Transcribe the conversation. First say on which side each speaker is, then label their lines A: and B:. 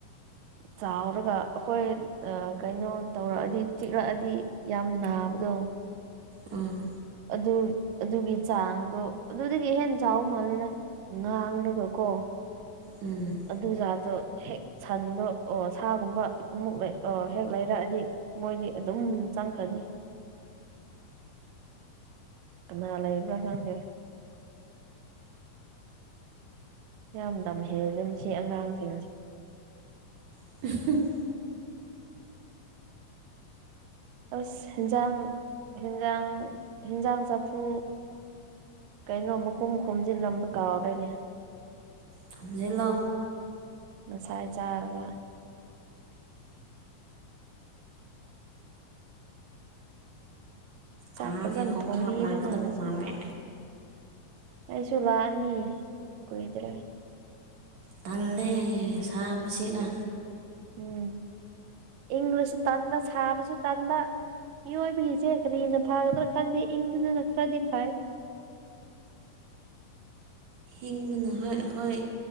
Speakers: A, on the right (about 75°); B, on the right (about 60°).
A: ꯆꯥꯎꯔꯒ ꯑꯩꯈꯣꯏ ꯀꯩꯅꯣ ꯇꯧꯔꯛꯑꯗꯤ ꯆꯤꯛꯂꯛꯑꯗꯤ ꯌꯥꯝ ꯅꯥꯕꯗꯣ
B: ꯑꯥ
A: ꯑꯗꯨ ꯑꯗꯨꯒꯤ ꯆꯥꯡꯗꯣ ꯑꯗꯨꯗꯒꯤ ꯍꯦꯟ ꯆꯥꯎ ꯃꯥꯜꯂꯦꯗ ꯉꯥꯡꯂꯒ ꯀꯣ
B: ꯎꯝ
A: ꯑꯗꯨꯖꯥꯠꯇꯣ ꯍꯦꯛ ꯁꯟꯗꯣ ꯑꯣ ꯁꯥꯒꯨꯝꯕ ꯑꯃꯨꯛ ꯑꯣ ꯍꯦꯛ ꯂꯩꯔꯛꯑꯗꯤ ꯃꯣꯏꯗꯤ ꯑꯗꯨꯝ ꯆꯪꯈꯅꯤ ꯀꯅꯥ ꯂꯩꯕꯔꯥ ꯉꯪꯗꯦ ꯌꯥꯝ ꯂꯝꯍꯦꯜꯂꯦ ꯃꯥꯁꯤ ꯑꯉꯥꯡꯁꯤꯡꯁꯦ
B: ꯎ <unintelligible>
A: ꯑꯁ ꯍꯦꯟꯖꯥꯡ ꯍꯦꯟꯖꯥꯡ ꯍꯦꯟꯖꯥꯡ ꯆꯐꯨ ꯀꯩꯅꯣ ꯃꯈꯨꯝ ꯈꯨꯝꯖꯤꯜꯂꯝꯕ ꯀꯥꯎꯔꯅꯦ
B: ꯈꯨꯝꯖꯤꯜꯂꯣ
A: ꯉꯁꯥꯏ ꯆꯥꯔꯒ ꯆꯥꯛ
B: ꯊꯥꯒꯤ
A: ꯐꯖꯅ
B: ꯈꯣꯡꯀꯥꯞ
A: ꯊꯣꯝꯕꯤꯔꯒꯥ
B: ꯂꯥꯛꯀꯗꯕ
A: ꯉꯁꯤꯁꯦ
B: ꯃꯥꯜꯂꯦ
A: ꯑꯩꯁꯨ ꯂꯥꯛꯑꯅꯤ ꯀꯨꯏꯗ꯭ꯔꯦ
B: ꯇꯜꯂꯦ ꯁꯥꯕꯁꯤꯒ
A: ꯎꯝ ꯏꯪꯂꯁꯨ ꯇꯟꯕ ꯁꯥꯕꯁꯨ ꯇꯟꯕ ꯃꯤꯑꯣꯏꯕꯒꯤꯁꯦ ꯀꯔꯤꯅ ꯐꯒꯗ꯭ꯔꯥ ꯈꯪꯗꯦ ꯏꯪꯗꯨꯗꯨꯅ ꯈꯔꯗꯤ ꯐꯩ
B: ꯏꯡꯕꯅ ꯍꯣꯏ ꯑꯩꯈꯣꯏ